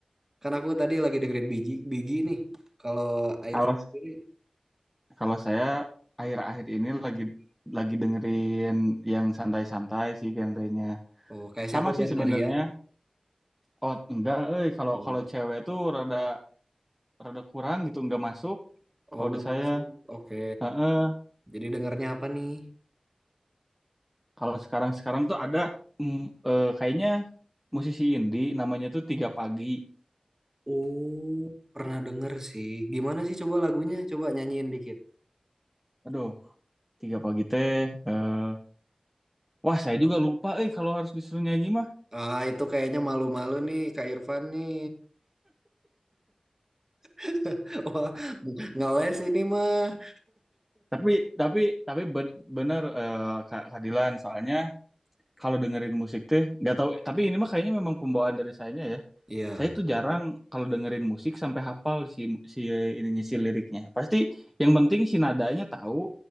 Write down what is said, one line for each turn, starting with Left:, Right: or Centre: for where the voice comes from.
Right: Kan aku tadi lagi dengerin Biji, Biji nih. Kalau Airvan
Centre: Kalau
Right: sendiri,
Centre: kalau saya akhir-akhir ini lagi lagi dengerin yang santai-santai sih genrenya.
Right: oh kayak siapa
Centre: Sama sih
Right: Bernadia?
Centre: sebenarnya. Oh, enggak, eh kalau
Right: Oh,
Centre: kalau cewek tuh rada rada kurang gitu, enggak masuk.
Right: oh
Centre: Kalau
Right: gak
Centre: di saya,
Right: masuk. Oke.
Centre: heeh.
Right: Jadi dengernya apa nih?
Centre: Kalau sekarang-sekarang tuh ada mm, eh, kayaknya musisi indie namanya tuh Tiga Pagi.
Right: Oh, pernah denger sih. Gimana sih coba lagunya? Coba nyanyiin dikit.
Centre: Aduh, Tiga Pagi teh eh Wah, saya juga lupa eh kalau harus disuruh nyanyi mah.
Right: Ah, itu kayaknya malu-malu nih Kak Irfan nih. <laughs> Wah, ngeles ini mah.
Centre: Tapi tapi tapi ben- bener eh, Kak Kak Dilan soalnya kalau dengerin musik teh nggak tahu tapi ini mah kayaknya memang pembawaan dari saya ya.
Right: Iya,
Centre: Saya tuh jarang kalau dengerin musik sampai hafal si si ininya si liriknya. Pasti yang penting si nadanya tahu.